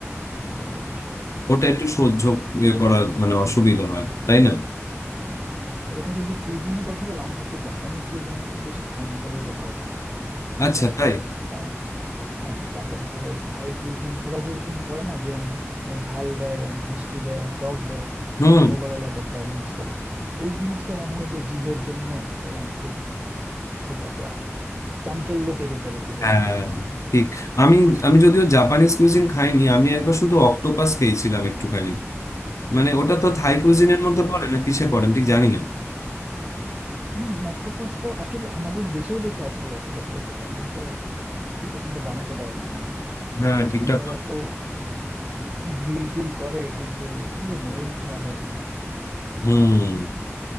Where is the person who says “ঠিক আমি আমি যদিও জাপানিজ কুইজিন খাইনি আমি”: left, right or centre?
Left